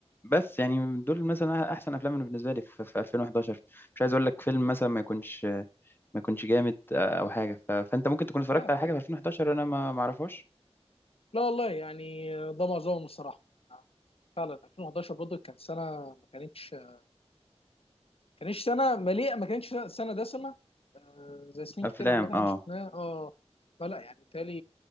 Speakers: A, on the left; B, on the left.
A: بس يعني دول مثلا احسن افلام أنا بالنسبه لي في, في 2011 مش عايز اقول لك فيلم مثلا ما يكونش ما يكونش جامد آه، او حاجه ف- فانت ممكن تكون اتفرجت
B: آه،
A: على حاجه في 2011 انا ما ما اعرفهاش
B: لا والله يعني ده معظمهم الصراحه فعلا 2011 برضه كان سنه ما كانتش ما كانتش سنه مليئه ما كانتش سنه دسمه آه، زي سنين كتير
A: افلام
B: عامه احنا
A: اه
B: شفناها اه فلا يعني بالتالي